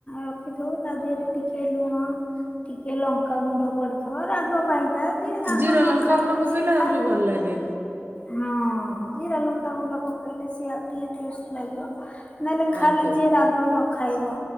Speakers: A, on the left; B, on the right.
A: ରଖିଥିବୁ, ତା ଦେହରେ ଟିକେ ଲୁଣ। ଟିକେ ଲଙ୍କାଗୁଣ୍ଡ ପଡିଥିବ ରାଗ ପାଇଁକା, ଯିଏ ରାଗ
B: ଜିରା
A: ନ
B: ଲଙ୍କାଗୁଣ୍ଡ
A: ଖାଇବ
B: ପକେଇଲେ
A: ସିଏ ଖାଏ।
B: ଆହୁରି ଭଲ ଲାଗେ
A: ହଁ ଜିରା ଲଙ୍କା ଗୁଣ୍ଡ ପକେଇଲେ ସିଏ ଆଉ ଟିକେ ଟେଷ୍ଟ ଲାଗିବ। ନହେଲେ ଖାଲି
B: ଆଜ୍ଞା
A: ଯିଏ ରାଗ ନ ଖାଇବ।